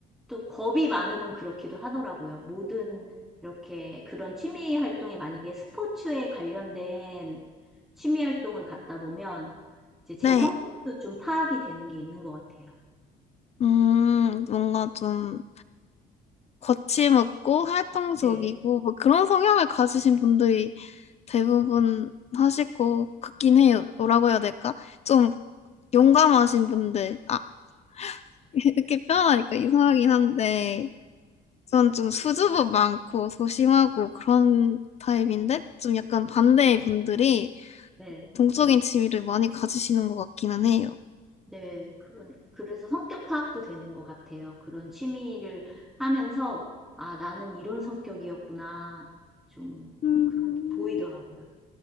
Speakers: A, in the centre; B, on the left (about 40°).
A: 또 겁이 많으면 그렇기도 하더라고요. 모든 이렇게 그런 취미 활동에 만약에 스포츠에 관련된 취미 활동을 갖다 보면 이제 제
B: 네.
A: 성격도 좀 파악이 되는 게 있는 것 같아요.
B: 음, 뭔가 좀 거침없고 활동적이고,
A: 네,
B: 뭐 그런 성향을 가지신 분들이 대부분 하실 것 같긴 해요. 뭐라고 해야 될까? 좀 용감하신 분들, 아, <laughs> 이렇게 표현하니까 이상하긴 한데, 전 좀 수줍음 많고 소심하고 그런 타입인데, 좀 약간 반대의 분들이
A: 네.
B: 동적인 취미를 많이 가지시는 것 같기는 해요.
A: 네, 그런, 그래서 성격 파악도 되는 것 같아요. 그런 취미를 하면서, 아, 나는 이런 성격이었구나. 좀,
B: 음,
A: 그런 게 보이더라고요.